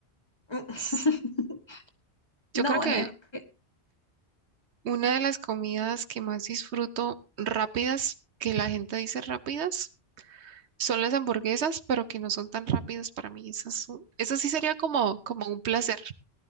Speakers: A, on the left (about 25°); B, on the right (about 80°).
A: <laughs>
B: S- Yo
A: No,
B: creo
A: bueno,
B: que
A: es que
B: una de las comidas que más disfruto rápidas, que la gente dice rápidas, son las hamburguesas, pero que no son tan rápidas para mí. Eso, eso sí sería como, como un placer.